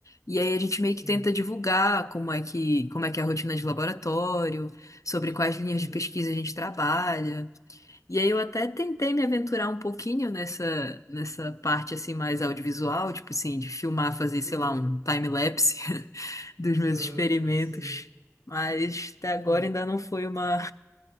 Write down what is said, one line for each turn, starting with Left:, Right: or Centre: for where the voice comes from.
Left: E aí a gente meio
Right: sim.
Left: que tenta divulgar como é que, como é que é a rotina de laboratório, sobre quais linhas
Right: Uhum,
Left: de pesquisa a gente trabalha. E aí eu até tentei me aventurar um pouquinho nessa, nessa parte assim mais audiovisual, tipo assim, de filmar, fazer, sei
Right: uhum,
Left: lá, um time-lapse <laughs> dos meus
Right: aham,
Left: experimentos.
Right: sim.
Left: Mas até agora
Right: Hum.
Left: ainda não foi uma,